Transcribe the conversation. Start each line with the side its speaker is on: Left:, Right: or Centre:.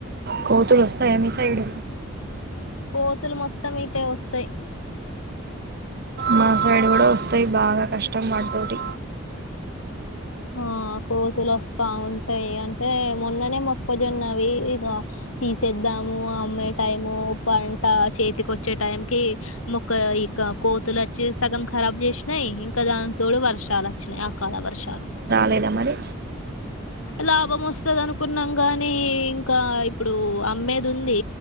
Right: కోతులు వస్తయా మీ సైడ్?
Left: కోతులు మొత్తం ఇటే వస్తయ్.
Right: మా సైడ్ కూడా వస్తాయి బాగా కష్టం వాటితోటి
Left: ఆ కోతులు వస్తా ఉంటయి. అంటే మొన్ననే మొక్కజొన్నవి ఇగ తీసేద్దాము అమ్మే టైము పంట చేతికోచ్చే టైం కి ఇక కోతులు వచ్చి సగం ఖరాబ్ చేసినాయి ఇంకా దాని తోడు వర్షాలు వచ్చినాయి ఆ కాల వర్షాలు
Right: లేదా మరి
Left: లాభం వస్తంది అనుకున్నాం గానీ ఇంకా ఇప్పుడు అమ్మేది ఉంది